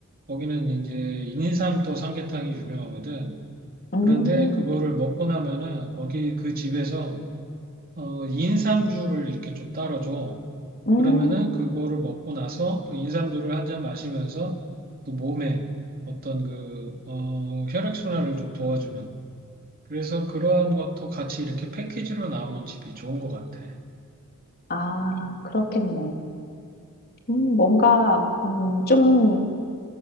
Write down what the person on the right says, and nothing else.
거기는 이제 인삼도 삼계탕이 유명하거든.
그런데 그거를 먹고 나면은, 거기 그 집에서 어, 인삼주를 이렇게 좀 따라줘.
그러면은 그거를 먹고 나서 또 인삼주를 한 잔 마시면서 또 몸에 어떤 그, 어, 혈액순환을 좀 도와주는. 그래서 그러한 것도 같이 이렇게 패키지로 나오는 집이 좋은 것 같아.